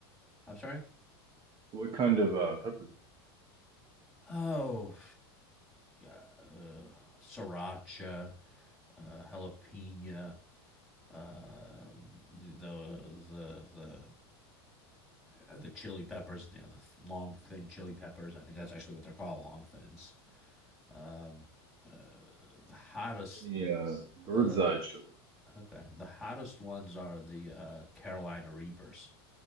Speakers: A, in the centre; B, on the right (about 35°).
A: I'm sorry.
B: What kind of uh, peppers?
A: Oh, uh, uh, sriracha, uh, jalapeno, uh, the the the uh, the chili peppers, you know, the long thin chili peppers. I think that's actually what they're called, long thins. Um, uh, the hottest,
B: Any uh, bird's
A: uh,
B: eye chili?
A: okay, the hottest ones are the uh, Carolina Reapers.